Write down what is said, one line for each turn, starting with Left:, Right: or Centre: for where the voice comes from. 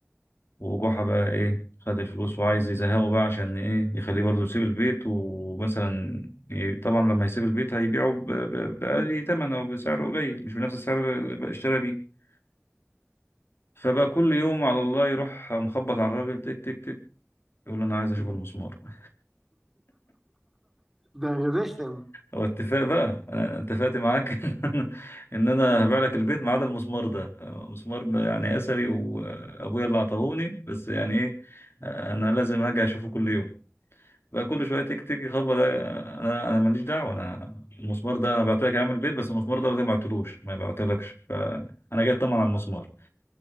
Left: وجحا بقى ايه خد الفلوس وعايز يزهقه بقى عشان ايه يخليه برضه يسيب البيت ومثلا ي- طبعا لما يسيب البيت هيبيعه ب- ب- بأقل تمن او بسعر قليل مش بنفس السعر اللي بقى اشترى بيه فبقى كل يوم على الله يروح مخبط على الراجل تك تك تك يقول له انا عايز اشوف
Centre: مم.
Left: المسمار <laughs>
Centre: ده رخم
Left: هو اتفاق بقى انا اتفقت معاك <laughs> ان انا هبيع لك البيت ما عدا المسمار ده مسمار يعني اثري وابويا اللي عطاهوني بس يعني ايه انا لازم هاجي اشوفه كل يوم بقى كل شويه تك تك يخبط انا انا ماليش دعوه انا المسمار ده انا بعت لك يا عم البيت بس المسمار ده ما بعتلوش ما بعتلكش فانا جاي اطمن على المسمار